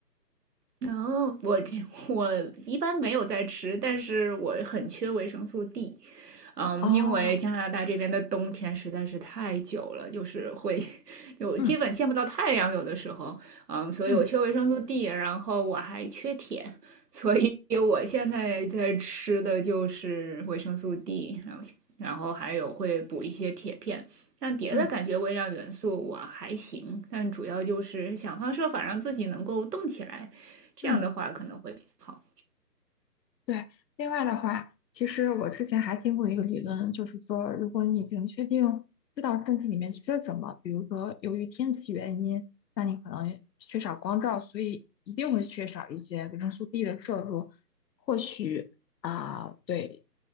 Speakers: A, on the right; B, on the left.
A: 然后我这我一般没有在吃，但是我很缺维生素
B: 嗯
A: D。嗯，
B: 哦，
A: 因为加拿大这边的冬天实在是太久了，就是会 <laughs> 就基本见不到太阳，
B: 嗯
A: 有的时候，嗯，所以我缺维生素
B: 嗯
A: D，然后我还缺铁，所以 <laughs> 我现在在吃的就是维生素 D，然后然后还有会补一些铁片，但别的感觉微量元素我还行，
B: 嗯
A: 但主要就是想方设法让自己能够动起来，这样的话可能会比较好。
B: 嗯，对，另外的话，其实我之前还听过一个理论，就是说，如果你已经确定知道身体里面缺什么，比如说由于天气原因，那你可能缺少光照，所以一定会缺少一些维生素 D 的摄入。或许啊、对，